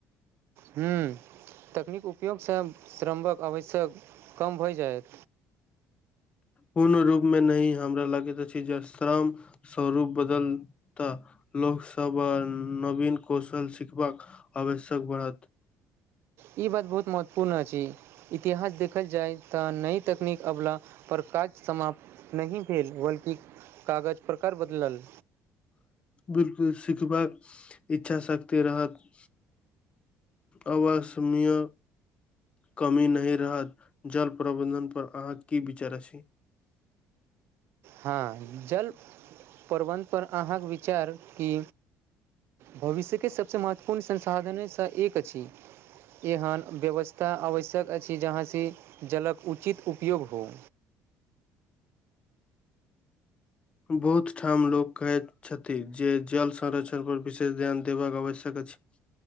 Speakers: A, on the right; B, on the left.
A: हूँ तकनीक उपयोगसँ श्रमक आवश्यक कम भऽ जायत
B: कोनो रूपमे नहि हमरा लगैत अछि जे श्रम स्वरूप बदलता लोकसभा नवीन कौशल सिखबाक आवश्यक बढ़त
A: ई बात बहुत महत्वपूर्ण अछि इतिहास देखल जाय त नई तकनीक अबला पर काज समाप्त नहि भेले बल्कि कागज प्रकार बदलल
B: बिल्कुल सिखबाक इच्छा शक्ति रहत अवासमिय कमी नहि रहत जल प्रबंधन पर अहाँकी विचार अछी
A: हँ जल प्रबन्धपर अहाँके विचार कि भविष्यके सभस महत्वपूर्ण संसाधनेस एक अछि एहन व्यवस्था आवश्यक अछि जहाँसे जलके उचित उपयोग हो
B: बहुत ठाम लोक कहैत छथि जे जल सरक्षण पर विशेष ध्यान देबाक आवश्यक अछि